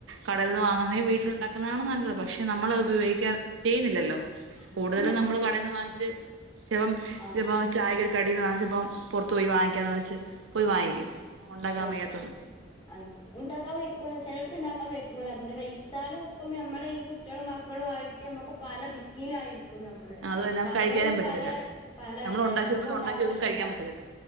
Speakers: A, on the right (about 80°); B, on the left (about 25°).
A: കടൽ നിന്ന്
B: ആ
A: വാങ്ങുന്ന വീട്ടിലുണ്ടാക്ക ക്കുന്നതാണ് നല്ലത്. പക്ഷെ നമ്മള അത്പയോഗിക്കാ
B: ഉം
A: ചെയ്യുന്നില്ലല്ലോ
B: അപ്പൊ
A: കൂടുതലും
B: ഞമ്മ
A: നമ്മൾ കടന്ന് വാങ്ങിച്ച് ചിലപ്പം
B: ആഹ്
A: ചിലപ്പോ ചായകൽ കടന്ന് വപ്പം പോറത്തു പോയി വാങ്ങിക്കാന്ന് വെച്ച് പോയി വാങ്ങിക്കും
B: ആ
A: ഉണ്ടാക്കാൻ
B: പോ
A: വയ്യാത്തോണ്ട്
B: അയിന് ഉണ്ടാക്കാൻവെക്കുല ചിലർക്ക് ഉണ്ടാക്കാൻ വെയ് ഇ പിന്നെ വഴച്ചാലും ഇപ്പം മ്മളെ ഈ കുട്ടികളും മക്കളും ആയിട്ട് നമ്മുക്ക് പല ബിസിലായിരിക്കും ക്കുംമ്മള്
A: അത് തന്നെ
B: പലലോലു
A: കഴിക്കാനും പറ്റത്തില്ല
B: പല പല
A: നമ്മള്
B: ഇതായി
A: ഉണ്ടാക്കി ചിലപ്പോ
B: അപ്പൊ ഇണ്ടാക്കാൻ
A: ഉണ്ടാക്കി വെക്കും
B: കഴിയൂല.
A: കഴിക്കാൻ പറ്റത്തില്ല